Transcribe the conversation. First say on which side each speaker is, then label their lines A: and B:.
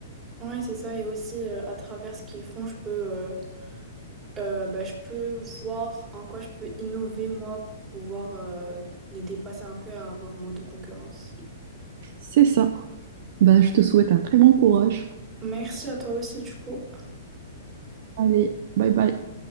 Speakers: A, on the right; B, on the right.
A: Ouais, c'est ça. Et aussi euh, à travers ce qu'ils font, je peux euh, Euh, bah, je peux voir en quoi je peux innover moi pour pouvoir euh, les dépasser un peu et avoir moins de concurrence.
B: C'est ça. Ben, je te souhaite un très bon courage.
A: Merci à toi aussi du coup.
B: Allez, bye bye.